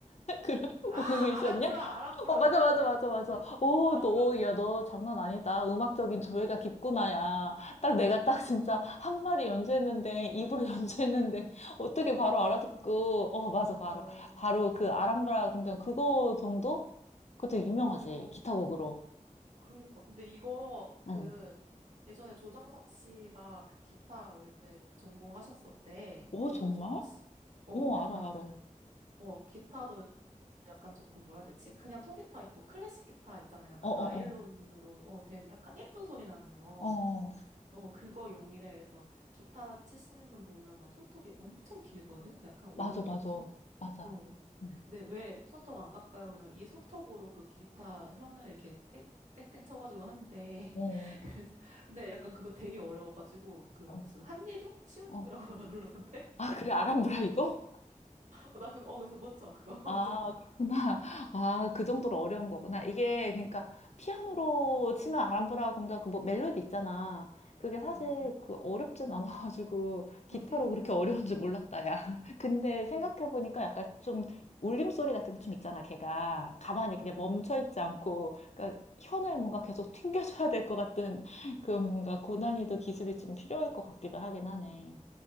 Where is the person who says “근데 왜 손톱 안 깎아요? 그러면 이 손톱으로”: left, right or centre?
Right